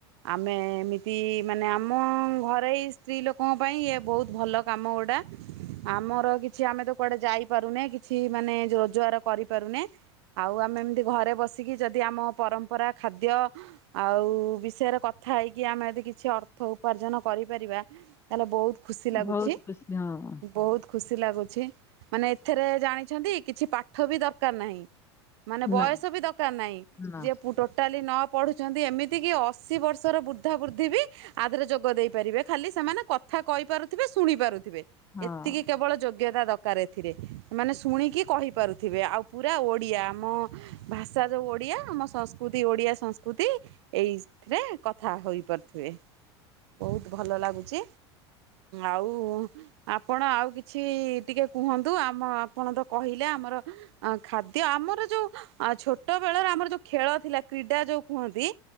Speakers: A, on the right (about 70°); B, on the left (about 15°).
A: ଆମେ ଏମିତି ମାନେ ଆମ ଘରୋଇ ସ୍ତ୍ରୀ ଲୋକଙ୍କ ପାଇଁ ଇଏ ବହୁତ ଭଲ କାମ ଗୁଡ଼ା। ଆମର କିଛି ଆମେ ତ କୁଆଡେ ଯାଇପାରୁନେ କିଛି ମାନେ ରୋଜଗାର କରିପାରୁନେ। ଆଉ ଆମେ ଏମିତି ଘରେ ବସିକି ଯଦି ଆମ ପରମ୍ପରା, ଖାଦ୍ୟ ଆଉ ବିଷୟରେ କଥା ହେଇକି ଆମେ ଯଦି କିଛି ଅର୍ଥ ଉପାର୍ଜନ କରିପାରିବା। ତାଲେ ବହୁତ ଖୁସି ଲାଗୁଛି
B: ବହୁତ ଖୁସି ହଁ
A: ବହୁତ ଖୁସି ଲାଗୁଛି। ମାନେ ଏଥିରେ ଜାଣିଛନ୍ତି କିଛି ପାଠ ବି ଦରକାର ନାହିଁ। ମାନେ ବୟସ
B: ନା
A: ବି ଦରକାର ନାହିଁ
B: ନା
A: ଯିଏ ଟୋଟାଲି ନ ପଢୁଛନ୍ତି ଏମିତି କି ଅଶୀ ବର୍ଷ ର ବୃଦ୍ଧା ବୃଦ୍ଧି ବି ଆଦିହରେ ଯୋଗ ଦେଇପାରିବେ ଖାଲି ସେମାନେ କଥା କହିପାରୁଥିବେ ଶୁଣି ପାରୁଥିବେ।
B: ହଁ।
A: ଏତିକି କେବଳ ଯୋଗ୍ୟତା ଦ ଦରକାର ଏଥିରେ ମାନେ ଶୁଣିକି କହିପାରୁଥିବେ ଆଉ ପୁରା ଓଡ଼ିଆ ଆମ ଭାଷା ତ ଓଡିଆ ଆମ ସଂସ୍କୃତି ଓଡିଆ ସଂସ୍କୃତି ଏଇଥିରେ କ କଥା ହୋଇପାରୁଥିବେ ବହୁତ ଭଲ ଲାଗୁଛି ଆଉ ଆପଣ ଆଉ କିଛି ଟିକେ କୁହନ୍ତୁ ଆମ ଆପଣତ କହିଲେ ଆମର ଆ ଖାଦ୍ୟ ଆମର ଯୋଉ ଛୋଟ ବେଳର ଆମର ଯୋଉ ଖେଳ ଥିଲା କ୍ରୀଡ଼ା ଯୋଉ କୁହନ୍ତି